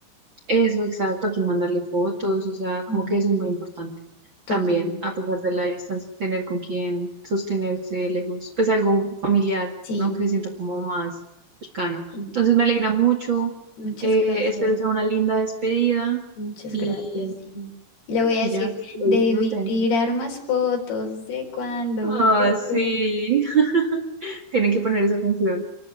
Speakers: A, on the right; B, on the left.
A: Eso, exacto, a quién mandarle fotos, o sea, como
B: Ujú.
A: que eso es muy importante.
B: Totalmente.
A: También, a pesar de la distancia, tener con quién sostenerse lejos, pues algo familiar,
B: Sí,
A: ¿no? Que se sienta como más cercano.
B: sí.
A: Entonces me alegra mucho,
B: muchas
A: eh,
B: gracias.
A: espero sea una linda despedida
B: Muchas
A: y,
B: gracias. Sí. Le voy a
A: y
B: decir,
A: ya, pues que lo
B: debí
A: disfruten.
B: tirar más fotos de cuando
A: Ah,
B: te
A: sí,
B: tuve.
A: <laughs> tienen que poner esa canción.